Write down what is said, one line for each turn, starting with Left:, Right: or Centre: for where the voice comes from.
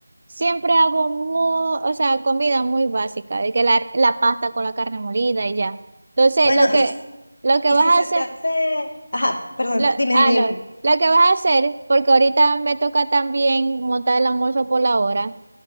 Right: Siempre hago muy, o sea, comida muy básica, de que la, la pasta con la carne molida y ya. Entonces,
Left: Bueno,
Right: lo que,
Left: y,
Right: lo que
Left: y
Right: vas
Left: si se
Right: a hacer,
Left: te hace... Ajá, perdón,
Right: lo,
Left: dime,
Right: ah,
Left: dime, dime.
Right: lo, lo que vas a hacer, porque ahorita me toca también montar el almuerzo por la hora,